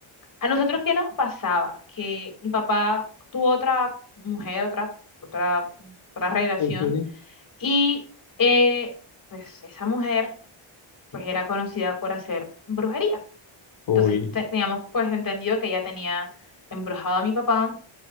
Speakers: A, on the left (about 40°); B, on the left (about 65°).
A: a nosotros qué nos pasaba? Que mi papá tuvo otra mujer, otra, otra, otra relación
B: Sí, sí, sí.
A: Y eh, pues esa mujer pues era conocida por hacer brujería.
B: Uy,
A: Entonces te- teníamos pues entendido que ella tenía embrujado a mi papá